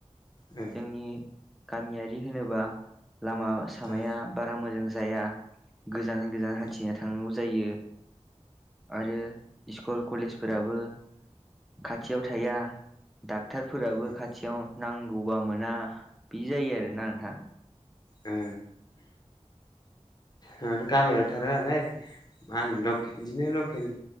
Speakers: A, on the left; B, in the centre.
A: ओ
B: जोंनि गामियारि होनोबा लामा सामाया
A: ओ
B: बारा मोजां जाया। गोजान गोजान हान्थिना
A: ओ
B: थांनांगौ जायो आरो स्कुल कलेजफोराबो खाथियाव थाया डाक्टरफोराबो
A: उम
B: खाथियाव नांगौबा मोना। बिदि जायो आरोना नोंथां।
A: ओ गामियाव थानाय नालाय मा होनो बिदिनो लकेल